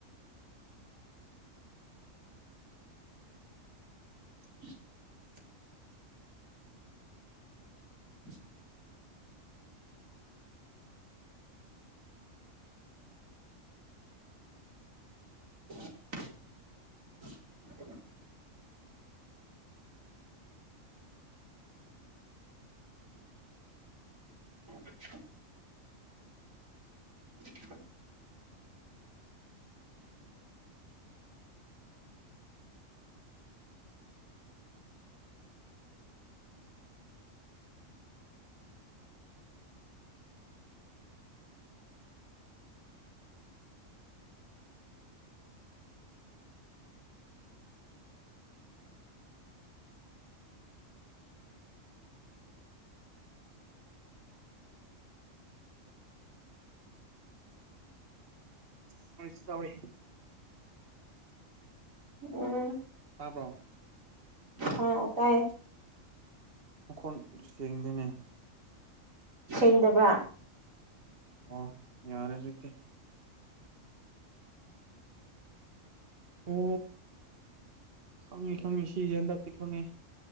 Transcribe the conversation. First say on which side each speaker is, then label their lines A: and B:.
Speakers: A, on the right; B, on the right.
A: <inaudible> <inaudible> <inaudible> <inaudible> <inaudible>
B: ꯁꯣꯔꯤ ꯁꯣꯔꯤ
A: ꯎꯝ
B: ꯇꯥꯕ꯭ꯔꯣ
A: ꯍꯥꯥꯎ ꯇꯥꯢꯌꯦ
B: ꯃꯈꯣꯟ ꯁꯦꯡꯗꯦꯅꯦ
A: ꯁꯦꯡꯗꯕ꯭ꯔꯥ
B: ꯑꯣ ꯌꯥꯔꯦꯗꯨꯗꯤ ꯑꯣ ꯈꯪꯉꯤ ꯈꯪꯉꯤ ꯁꯤꯁꯦ ꯍꯟꯗꯛꯇꯤ ꯈꯪꯉꯤ